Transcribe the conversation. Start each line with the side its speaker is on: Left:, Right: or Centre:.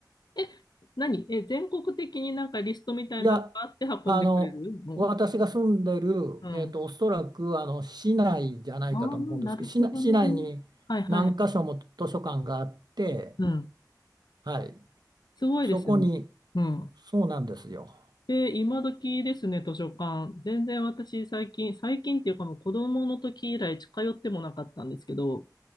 Left: え、何え、全国的になんかリストみたいなのがあって運んでくれるの
Right: いや、あの、私が住んでる、
Left: うん。
Right: えっと、おそらくあの市内じゃないかと思うんですけど、
Left: ああ、なるほどね。
Right: 市内、市内に何箇所も図書館があって、
Left: はいはい。うん。
Right: はい、
Left: すごいですね。
Right: そこに、
Left: うん。
Right: そうなんですよ。
Left: で、今時ですね、図書館。全然私最近、最近っていうかもう子供の時以来近寄ってもなかったんですけど、